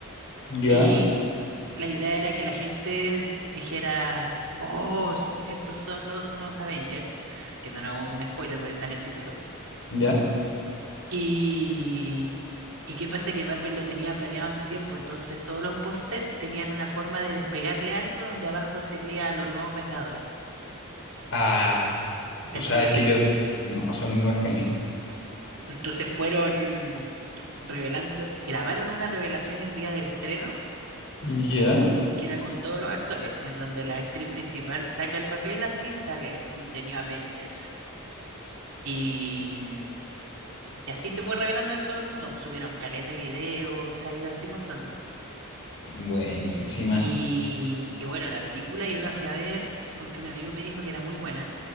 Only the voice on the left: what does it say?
Ya,
ya.
Ah,
o sea, es que yo. No, son unos genios.
Ya.
Buenísima.